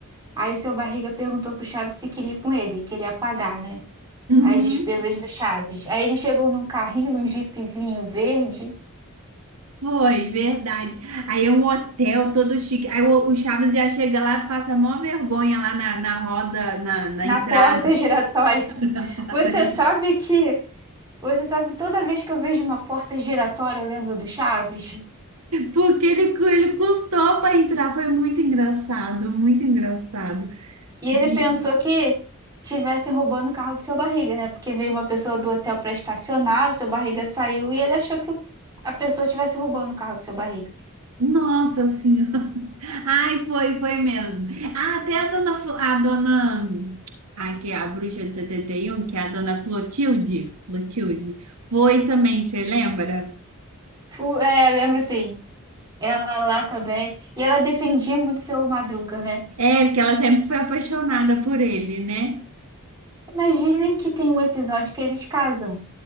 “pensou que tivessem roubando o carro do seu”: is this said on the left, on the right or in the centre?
Right